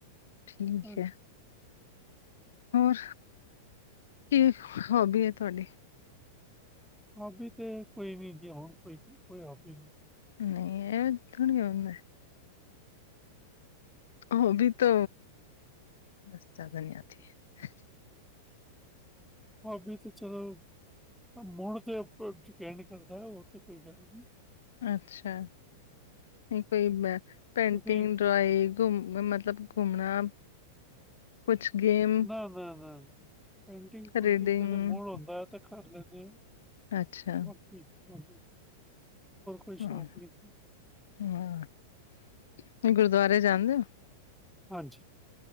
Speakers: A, on the left (about 85°); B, in the centre.
A: ਠੀਕ
B: ਹਾਂਜੀ,
A: ਐ। ਹੋਰ, ਕੀ ਹੌਬੀ ਐ ਤੁਆਡੀ?
B: ਹੌਬੀ ਤੇ ਕੋਈ ਵੀਜੀ ਨੀ ਹੋਣ ਕੋਈ, ਕੋਈ ਹੌਬੀ ਨੀ ਜੀ।
A: ਨਈ ਐਕਣ ਕੇ <unintelligible> ਹੌਬੀ ਤੋ, ਬਸ ਜਾਦਾ ਨੀ ਆਤੀ ਹੈ।
B: ਹੌਬੀ ਤੇ ਚਲੋ, ਮੋੜ ਤੇ ਅ ਓਪਰ ਡਿਪੈਂਡ ਕਰਦਾ ਐ ਹੋਰ ਤੇ ਕੋਈ ਗੱਲ ਨੀ।
A: ਅੱਛਾ, ਨਈ ਕੋਈ ਬ ਪੇਟਿੰਗ
B: ਤੁਸੀਂ
A: <unintelligible> ਮਤਲਬ ਘੁੰਮਣਾ ਕੁੱਛ ਗੇਮ
B: ਨਾ-ਨਾ ਨਾ-ਨਾ, ਪੇਟਿੰਗ-ਪੁਟਿੰਗ
A: ਰੀਡਿੰਗ
B: ਕਦੇ ਮੋੜ ਹੋਂਦਾ ਐ ਤੇ ਕਾਰ ਲੈਂਨੇ ਆ।
A: ਅੱਛਾ
B: ਬਾਕੀ ਹੋਰ ਕੋਈ,
A: ਹਾਂ
B: ਹੋਰ ਸ਼ੌਕ ਨੀ
A: ਹਾਂ, ਤੁਈ ਗੁਰਦਾਰੇ ਜਾਦੇ ਓ?
B: ਹਾਂਜੀ।